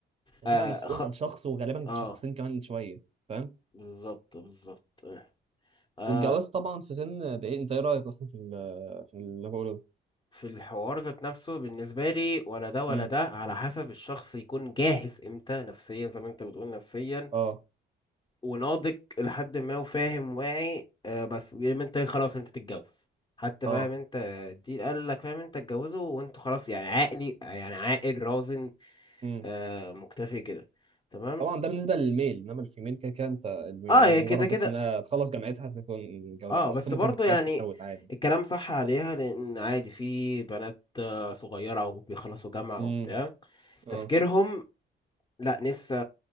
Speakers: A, on the right; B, on the left.
A: هتبقى
B: اه
A: مسؤول
B: خ...
A: عن شخص وغالبا
B: اه
A: شخصين كمان شويه فاهم
B: بالظبط بالظبط آه
A: والجواز طبعا في سن بايه انت ايه رايك اصلا في ال- في اللي انا بقوله ده؟
B: في الحوار ذات نفسه بالنسبة لي ولا ده ولا
A: امم
B: ده على حسب الشخص يكون جاهز امتى نفسيا زي ما انت بتقول نفسيا
A: اه
B: وناضج لحد ما وفاهم واعي آه بس يا اما انت خلاص انت تتجوز حتى
A: اه
B: فاهم انت الدين قال لك فاهم انت اتجوزه وانتوا خلاص يعني عاقلي يعني عاقل رازن
A: امم
B: آه مكتفي كده تمام
A: طبعا ده بالنسبه للميل انما الفيميل كده كده انت الم- هي
B: اه هي
A: مجرد
B: كده كده
A: بس انها تخلص جامعتها تكون متجوزه
B: اه
A: او حتى
B: بس
A: ممكن
B: برضه يعني
A: جامعتها تتجوز عادي
B: الكلام صح عليها لان عادي في بنات صغيرة وبيخلصوا جامعة
A: امم
B: وبتاع
A: اه
B: تفكيرهم لا لسه